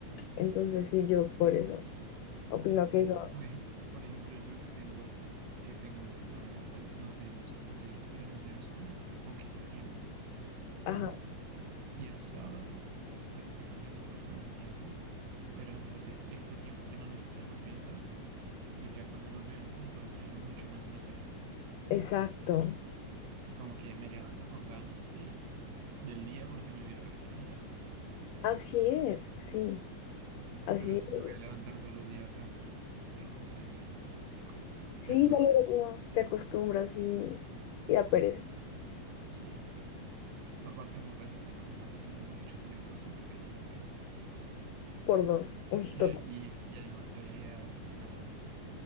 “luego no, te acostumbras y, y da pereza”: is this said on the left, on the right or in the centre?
Left